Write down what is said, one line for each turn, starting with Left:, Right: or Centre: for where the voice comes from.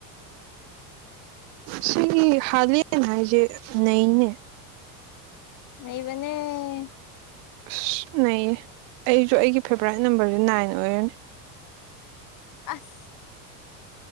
Right: ꯁꯤ ꯍꯂꯅꯖꯦ ꯅꯩꯅꯅꯦ
Left: ꯅ ꯃ <inaudible>
Right: ꯑꯁ ꯅꯌꯦ ꯑꯩꯁꯨ ꯑꯩꯒꯤ ꯐꯦꯚꯣꯔꯥꯏꯠ ꯅꯝꯕꯔꯁꯦ ꯅꯥꯏꯟ ꯑꯣꯏꯔꯅꯤ
Left: ꯑꯁ